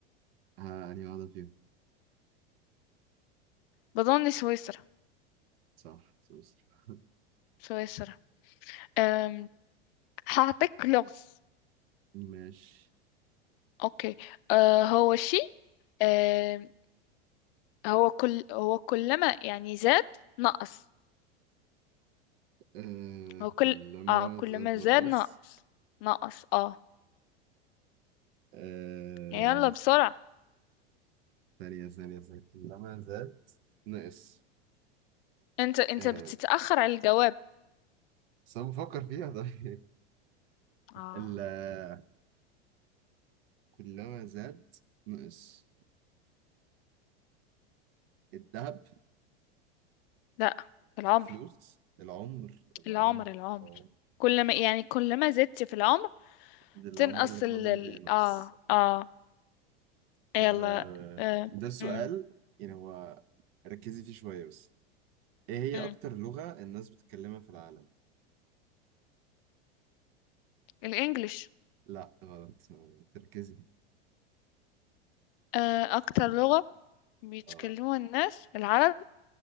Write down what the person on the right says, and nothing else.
ها انهي واحده فيهم
صح سويسرا
ماشي
آه
كلما
زاد نقص
آه
ثانية ثانية ثانية كلما زاد نقص
آه
بس أنا بفكر فيها <laughs> طيب
الحاجة كلما زاد نقص الذهب
الفلوس العمر العمر
العمر
صح
ده العمر
اللي فاضل
بينقص
طب
آه،
ده السؤال
يعني هو ركزي فيه شوية بس ايه هي
اكتر لغة الناس بتتكلمها في العالم
لا غلط تركزي
اه